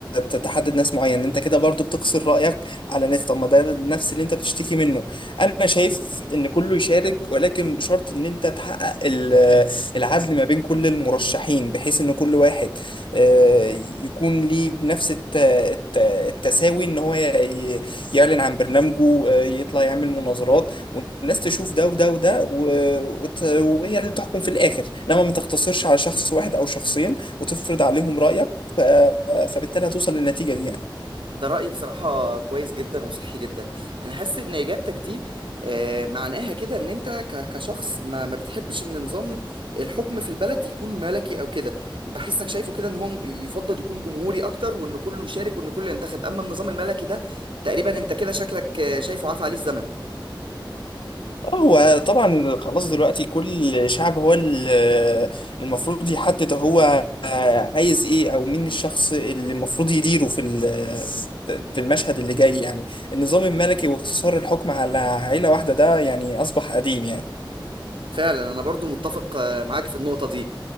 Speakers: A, on the left; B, on the right.
A: ت- تحدد ناس معين انت كده برضو بتقصر رأيك على ناس طب ما ده نفس اللي انت بتشتكي منه انا شايف ان كله يشارك ولكن بشرط ان انت تحقق ال... العدل ما بين كل المرشحين بحيث ان كل واحد آه، يكون ليه بنفس الت... الت... التساوي ان هو ي... يعلن عن برنامجه آه، يطلع يعمل مناظرات والناس تشوف ده وده وده و- وت- وهي اللي تحكم في الآخر إنما ما تقتصرش على شخص واحد أو شخصين وتفرض عليهم رأيك ف... فبالتالي هتوصل للنتيجة دي يعني
B: ده رأيي بصراحة كويس جدا وصحي جدا أنا حاسس إن إجابتك دي آه، معناها كده إن أنت ك- كشخص ما, ما بتحبش إن نظام الحكم في البلد يكون ملكي أو كده بحسك شايفه كده إن هو يفضل يكون جمهوري أكتر وإن كله يشارك وإن كله ينتخب أما النظام الملكي ده تقريبا أنت كده شكلك آه، شايفه عافى عليه الزمن
A: اه هو طبعا خلاص دلوقتي كل شعب هو ال- المفروض يحدد هو عايز ايه او مين الشخص اللي المفروض يديره في ال- في المشهد اللي جاي يعني النظام الملكي واقتصار الحكم على عيلة واحدة ده يعني أصبح قديم يعني
B: فعلا أنا برضو متفق آه، معاك في النقطة دي